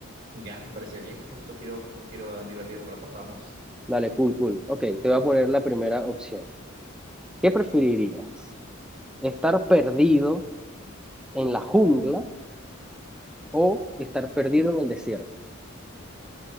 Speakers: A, on the right (about 55°); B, in the centre.
A: Ya, me parece bien. Justo quiero, ju- quiero divertir un rato, vamos.
B: Dale, cool, cool. Ok, te voy a poner la primera opción. ¿Qué preferirías? ¿Estar perdido en la jungla o estar perdido en el desierto?